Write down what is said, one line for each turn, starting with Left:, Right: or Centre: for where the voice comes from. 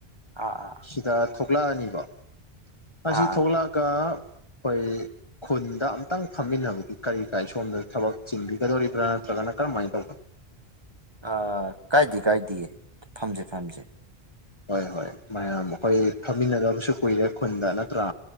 Right: ꯑꯥ ꯑꯥ
Left: ꯁꯤꯗ ꯊꯣꯛꯂꯛꯑꯅꯤꯕ ꯑꯁꯤ
Right: ꯑꯥ
Left: ꯊꯣꯛꯂꯛꯑꯒ
Right: ꯑꯥ
Left: ꯑꯩꯈꯣꯏ ꯈꯨꯟꯗ ꯑꯝꯇꯪ ꯐꯝꯃꯤꯟꯅꯕꯗꯤ ꯀꯔꯤ ꯀꯥꯏ ꯁꯣꯝꯗ ꯊꯕꯛ ꯆꯤꯟꯕꯤꯒꯗꯧꯔꯤꯕ꯭ꯔꯥ ꯅꯠꯇ꯭ꯔꯒꯅ ꯀꯔꯝꯥꯏꯅ ꯇꯧꯕꯅꯣ
Right: ꯑ ꯀꯥꯏꯗꯤ ꯀꯥꯏꯗꯤꯌꯦ ꯐꯝꯖꯦ ꯐꯝꯖꯦ
Left: ꯍꯣꯏ ꯍꯣꯏ ꯃꯌꯥꯝ ꯑꯩꯈꯣꯏ ꯐꯝꯃꯤꯟꯅꯗꯕꯁꯨ ꯀꯨꯏꯔꯦ ꯈꯨꯟꯗ ꯅꯠꯇ꯭ꯔꯥ